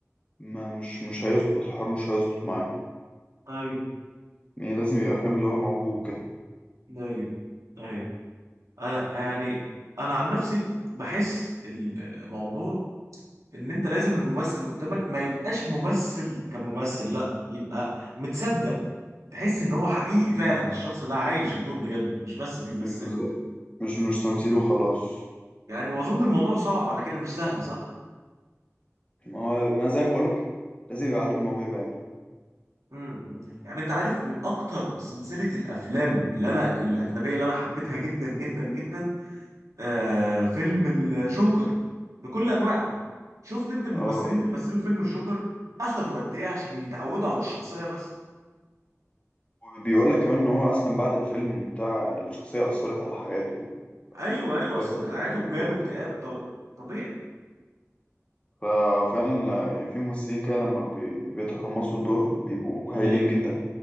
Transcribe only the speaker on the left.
ما مش مش هيظبط الحوار مش هيظبط معاه
يعني لازم يبقى فاهم اللي هو موهوب كده
بالظبط. مش مش تمثيل وخلاص
ما هو ما زي ما بقولك لازم يبقى عنده الموهبة يعني
أو
وبيقول لك كمان ان هو اصلا بعد الفيلم بتاع الشخصيه اثرت على حياته
وبدا
يبان.
ففعلا يعني في ممثلين كده لما بي- بيتقمصوا الدور بيبقوا
هايلين جدا